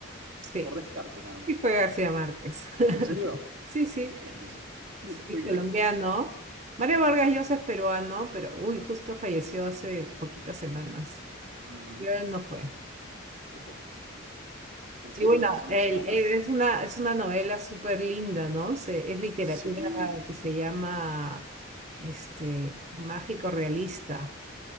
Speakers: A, on the right; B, on the right.
A: Sí.
B: por descarte nada más.
A: Sí, fue García Márquez. <laughs>
B: ¿En serio?
A: Sí, sí,
B: Bien, <laughs> le
A: sí,
B: pegué.
A: es colombiano. Mario Vargas Llosa es peruano, pero uy, justo falleció hace poquitas semanas.
B: Ujú,
A: Pero él no fue.
B: Ok, ¿en
A: Y
B: serio?
A: bueno,
B: ¿Hace unas
A: él,
B: semanas?
A: él es una, es una novela súper linda, ¿no? Se- es literatura
B: Sí.
A: que se llama este, mágico realista.